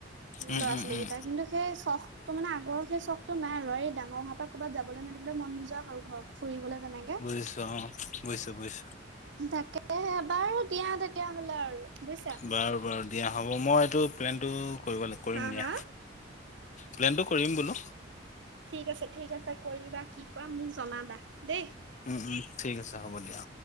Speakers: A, on the left; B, on the right.
A: উম
B: ল'ৰা
A: উম
B: ছোৱালী
A: উম
B: কেইটা কিন্তু সেই চখ ত মানে আগৰ সেই চখতো নাই আৰু এই ডাঙৰ হৈ অহাৰ পৰা ক'ৰবাৰলৈ যাবলৈ মেলিবলৈ মন নোযোৱা হ'ল আৰু ঘৰত ফুৰিবলৈ তেনেকে
A: বুজিছো অঁ বুজিছো বুজিছো।
B: তাকেহে এবাৰ দিয়া তেতিয়া হলে আৰু বুজিছা
A: বাৰু বাৰু দিয়া হ'ব মই এইটো প্লেনটো কৰিব লাগ কৰিম
B: হা
A: দিয়া।
B: হা
A: প্লেনটো কৰিম বোলো।
B: ঠিক আছে ঠিক আছে কৰিবা। কি কৰা মোক জনাবা। দেই
A: উমম ঠিক আছে হ'ব দিয়া।